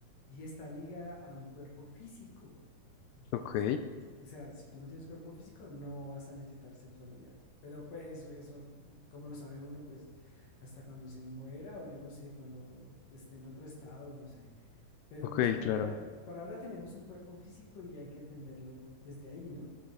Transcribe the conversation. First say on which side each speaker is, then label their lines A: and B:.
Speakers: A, on the left; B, on the left.
A: Y esta liga a un cuerpo físico. O
B: ok,
A: sea, o sea, si tú no tienes cuerpo físico, no vas a necesitar sexualidad. Pero pues eso, como lo sabe uno? Pues hasta cuando se muera o yo no sé, cuando esté en otro estado, no sé. Pero
B: ok,
A: pues por
B: claro.
A: ahora, por ahora tenemos un cuerpo físico y hay que entenderlo desde ahí, ¿no?